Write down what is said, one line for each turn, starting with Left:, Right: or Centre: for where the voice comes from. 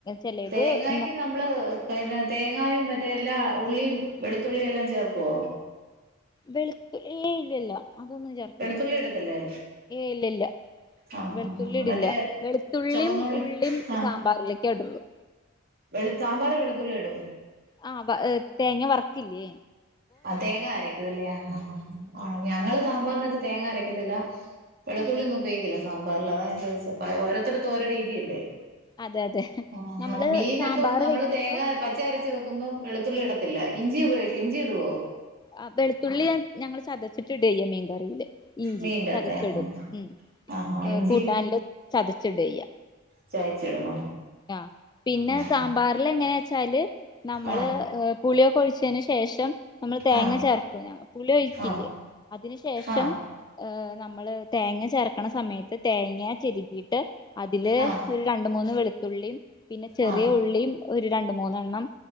Left: ചെലേത്
Right: തേങ്ങായ്ക്ക്
Left: എന്താ
Right: നമ്മള് തേങ്ങ തേങ്ങായും മറ്റേ എല്ലാ ഉള്ളിയും വെളുത്തുള്ളിയും എല്ലാം ചേർക്കോ?
Left: വെളുത്തുള്ളി ഇല്ലല്ല. അതൊന്നും ചേർക്കില്ല
Right: വെളുത്തുള്ളി ഇടത്തില്ലേ?
Left: ഏയ് ഇല്ലല്ല
Right: ആഹ്
Left: വെളുത്തുള്ളി
Right: ആഹ് ആഹ്
Left: ഇടില്ല
Right: മറ്റേ
Left: വെളുത്തുള്ളിം
Right: ചുമന്നുള്ളി
Left: ഉള്ളിം
Right: ആഹ്
Left: സാമ്പാറിലേക്കെ ഇടുള്ളു.
Right: വെളു സാമ്പാറിൽ വെളുത്തുള്ളിടും
Left: ആ വ ഹ് തേങ്ങ വറ്ക്കില്ലേ?
Right: ആ തേങ്ങ അരയ്ക്കുല്ലേ അ അ അ ആ ഞങ്ങള് സാമ്പാറിനകത്ത് തേങ്ങ അരക്കത്തില്ല വെളുത്തുള്ളി
Left: അതെ
Right: ഒന്നും ഉപയോഗിക്കില്ല. സാമ്പാറിൽ അതാ ഞാൻ ചോയ്ച്ചേ ഓരോത്തെട്ത്തും ഓരോ രീതിയല്ലേ.
Left: അതെ അതെ
Right: ആഹാ
Left: നമ്മള്
Right: മീനപ്പം
Left: സാമ്പാർ
Right: നമ്മള്
Left: വെക്കുമ്പോ
Right: തേങ്ങ പ <unintelligible> അരച്ച് വെക്കുമ്പം വെളുത്തുള്ളി ഇടത്തില്ല ഇഞ്ചി ഉപയോഗിക്കോ ഇഞ്ചി ഇടോ?
Left: ആ വെളുത്തുള്ളി ഞാൻ ഞങ്ങള് ചതച്ചിട്ടിടയ്യ മീൻ കറീല്. ഇഞ്ചി
Right: മീന്റകത്തെ
Left: ചതച്ചിടും
Right: ആഹ് ആഹ്
Left: ഉം
Right: ആഹാ
Left: ഏ
Right: ഇഞ്ചിയും
Left: കൂട്ടാനില് ചതച്ചിടയ്യ.
Right: ചായച്ചിടും
Left: ആ പിന്നെ
Right: ആ
Left: സാമ്പാറില് എങ്ങനെ ച്ചാല് നമ്മള്
Right: ആ
Left: ഹ് പുളിയൊക്കെ ഒഴിച്ചേന് ശേഷം നമ്മള് തേങ്ങ
Right: ആ ആ
Left: ചേർക്കും ഞ പുളി ഒഴിക്കില്ലേ
Right: ആ
Left: അതിന് ശേഷം
Right: ആ
Left: ഹേ നമ്മള് തേങ്ങ ചേർക്ക്ണ സമയത്ത് തേങ്ങ ചെരകീട്ട് അതില്
Right: ആ
Left: ഒരു രണ്ട്, മൂന്ന് വെളുത്തുള്ളിം പിന്നെ ചെറിയ
Right: ആ
Left: ഉള്ളിം ഒരു രണ്ട് മൂന്നെണ്ണം